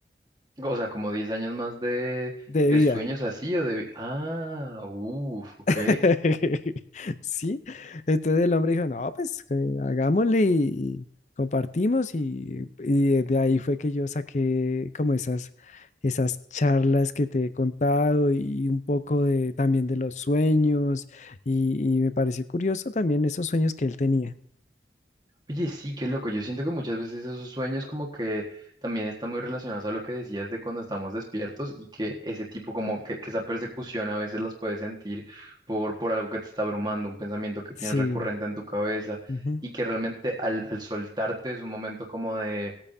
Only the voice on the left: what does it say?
de
vida.
<laughs> Sí, entonces el hombre dijo, no, pues que hagámosle y y compartimos y, y de ahí fue que yo saqué como esas, esas charlas que te he contado y un poco de, también de los sueños y, y me pareció curioso también esos sueños que él tenía.
Sí,
ujú,